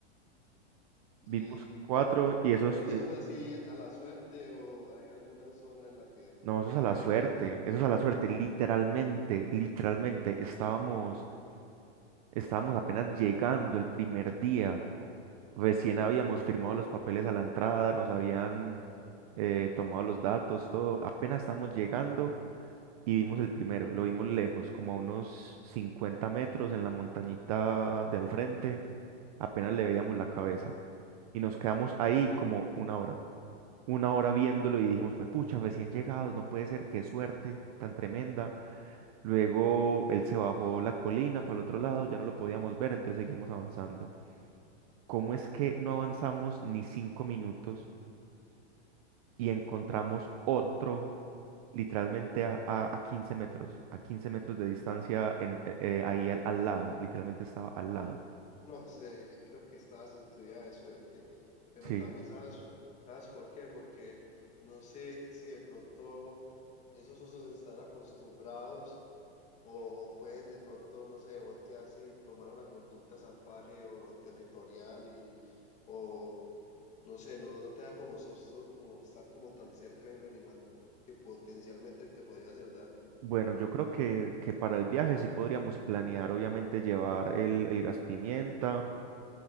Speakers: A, on the left (about 20°); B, on the right (about 35°).
A: Y,
B: vimos
A: pero,
B: cuatro y esos,
A: pero eso
B: y-
A: es así a la suerte o hay alguna zona en la que
B: no, esos a la
A: frecuente.
B: suerte, esos a la suerte, literalmente, literalmente, estábamos, estábamos apenas llegando el primer día. Recién habíamos firmado los papeles a la entrada, nos habían eh, tomado los datos, todo. Apenas estamos llegando y vimos el primero. Lo vimos lejos, como a unos 50 metros en la montañita de al frente. Apenas le veíamos la cabeza. Y nos quedamos ahí como una hora. Una hora viéndolo y dijimos, pues pucha, recién llegados, no puede ser, qué suerte tan tremenda. Luego él se bajó la colina para el otro lado, ya no lo podíamos ver, entonces seguimos avanzando. ¿Cómo es que no avanzamos ni cinco minutos y encontramos otro literalmente a, a, a 15 metros, a 15 metros de distancia en, eh, eh, ahí al, al lado? Literalmente estaba al lado.
A: No sé, creo que estabas en tu día de suerte, pero
B: Sí.
A: también sabes, ¿sabes por qué? Porque no sé si de pronto esos osos están acostumbrados o, o pueden de pronto, no sé, voltearse y tomar una conducta salvaje o territorial y, o no sé, no, no te da como susto como estar como tan cerca de un animal que potencialmente te podría hacer daño.
B: Bueno, yo creo que, que para el viaje sí podríamos planear, obviamente, llevar el, el gas pimienta